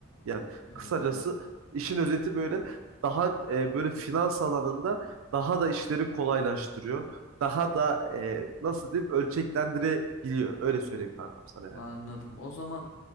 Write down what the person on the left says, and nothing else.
Evet,
evet.
Anladım. O zaman